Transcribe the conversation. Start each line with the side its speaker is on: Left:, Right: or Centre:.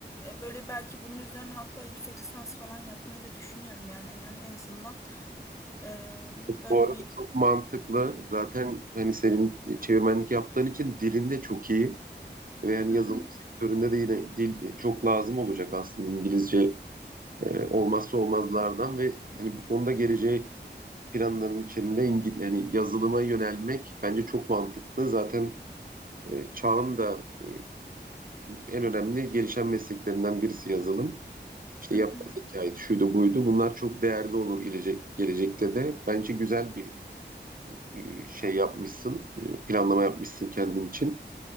Left: Ee, böyle belki bunun üzerine hatta yüksek lisans falan yapmayı da düşünüyorum yani en, en azından ee, böyle
Right: Bu arada
Left: bir
Right: çok mantıklı. Zaten hani senin çevirmenlik yaptığın için dilin de çok iyi ve yani
Left: hı
Right: yazılım
Left: hı,
Right: sektöründe de yine dil çok lazım olacak aslında İngilizce e, olmazsa olmazlardan ve hani bu konuda geleceğe planların içinde İngil yani yazılıma yönelmek bence çok mantıklı. Zaten e, çağın da e, en önemli gelişen mesleklerinden birisi yazılım. İşte
Left: hı
Right: yapay
Left: hı.
Right: zekaydı, şuydu buydu. Bunlar çok değerli olur gelecek, gelecekte de. Bence güzel bir e, şey yapmışsın, e, planlama yapmışsın kendin için.